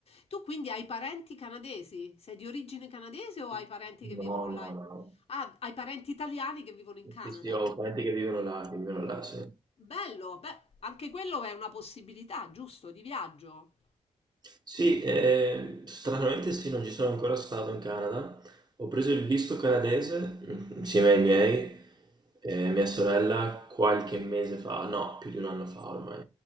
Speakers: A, on the left; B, on the right.
A: Tu quindi hai parenti canadesi? Sei di origine canadese o hai Sì, parenti che
B: No,
A: vivono là?
B: no, no.
A: Ah, hai parenti italiani che vivono in sì. Canada.
B: Sì, sì, ho parenti che vivono là, che vivono là, sì.
A: Bello, beh, anche quello è una possibilità, giusto, di viaggio.
B: Sì, eh, stranamente sì, non ci sono ancora stato in Canada. Ho preso il visto canadese mm, insieme ai miei, e mia sorella qualche mese fa, no, più di un anno fa ormai.